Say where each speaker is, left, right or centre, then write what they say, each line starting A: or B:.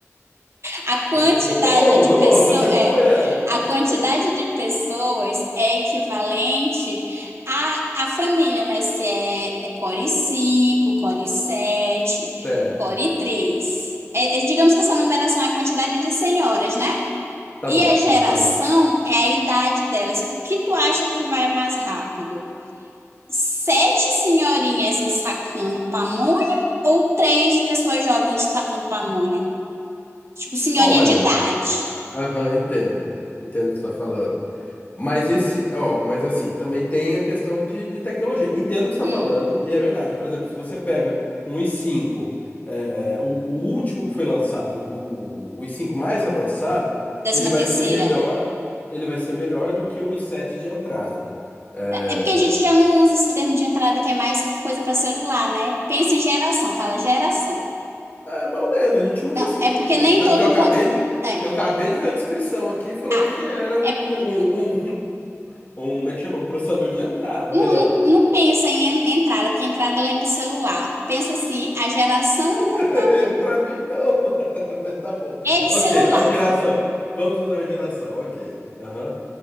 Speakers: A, on the right (about 55°); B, on the left (about 35°).
A: A quantidade
B: Go on,
A: de
B: go
A: pessoas
B: on. Tô te acompanhando.
A: é, a
B: Tô te
A: quantidade
B: acompanhando.
A: de pessoas é equivalente à, à família, né? Se é, é core 5 core 7
B: Certo.
A: core três É, é, digamos que essa numeração é a quantidade de senhoras, né?
B: Tá
A: E
B: bom.
A: a geração
B: Aham.
A: é a idade delas. O que tu acha que vai mais rápido? Sete senhorinhas ensacando pamonha ou três pessoas jovens ensacando pamonha? Tipo, senhorinha
B: Olha.
A: de idade.
B: Aham, entendo. Entendo o que você tá falando. Mas esse, ó, mas assim, também tem a questão de, de tecnologia. Entendo o que você
A: Hum,
B: está falando, e é verdade. Por exemplo, se você pega um i5, é, é, o, o último que foi lançado, o, o i5 mais avançado,
A: décima
B: ele vai
A: terceira.
B: ser melhor, ele vai ser melhor do que um i7 de entrada. É,
A: É é porque a gente já não usa esse termo de entrada que é mais coisa para celular, né? Pensa em geração, fala geração.
B: é, mais ou menos, a gente usa
A: Não,
B: assim.
A: é porque nem
B: Tanto
A: todo
B: que eu acabei
A: com...
B: de,
A: é,
B: eu acabei de ver a descrição aqui falando
A: ah,
B: que era um,
A: é,
B: um, um, um, um- como é que chama? Um processador de entrada, ou
A: não,
B: melhor.
A: não, não pensa em en- entrada, porque entrada lembra celular. Pensa assim, a geração do computador
B: <laughs> Pra mim, não. <laughs> Mas tá bom.
A: é de
B: Ok,
A: celular.
B: a geração. Vamos usar geração, ok. Aham.